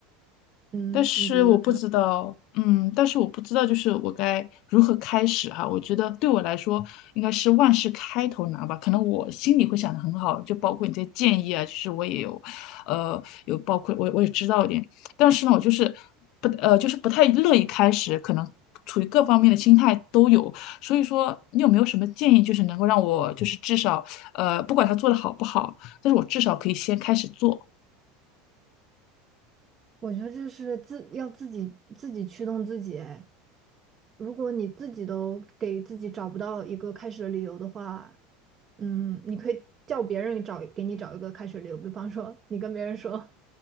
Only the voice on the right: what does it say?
嗯，
你觉得？
我觉得这是自要自己自己驱动自己哎。如果你自己都给自己找不到一个开始的理由的话，嗯，你可以叫别人找给你找一个开始的理由，比方说你跟别人说，